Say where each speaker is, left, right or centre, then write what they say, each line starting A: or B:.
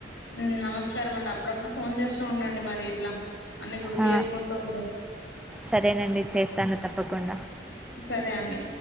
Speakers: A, on the left; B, in the centre.
A: మ్ నమస్కారం అండి అప్పుడప్పుడు ఫోన్ చేస్తూ ఉండండి మరి ఇట్లా అన్ని గుర్తు
B: ఆ
A: ఏసుకుంటూ ఉండు
B: సరేనండి చేస్తాను తప్పకుండా
A: సరే అండి